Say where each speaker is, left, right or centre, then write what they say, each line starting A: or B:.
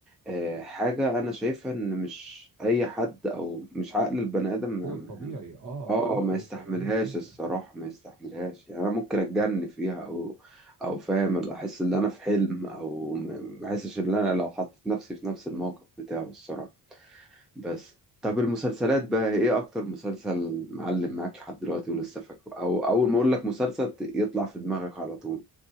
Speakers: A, in the centre; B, on the right.
A: آه حاجه انا شايفها ان مش اي حد او مش عقل البني ادم ما-
B: فوق
A: ما-
B: الطبيعي اه
A: اه
B: ضغوط
A: ما
B: فوق
A: يستحملهاش
B: الطبيعية جدا
A: الصراحه ما يستحملهاش يعني انا ممكن اتجن فيها او او فاهم اللي احس ان انا في حلم او ما ما احسش ان انا لو حطيت نفسي في نفس الموقف بتاعه الصراحه بس طب المسلسلات بقى ايه اكتر مسلسل معلم معاك لحد دلوقتي ولسه فاكره او اول ما اقول لك مسلسل ت- يطلع في دماغك على طول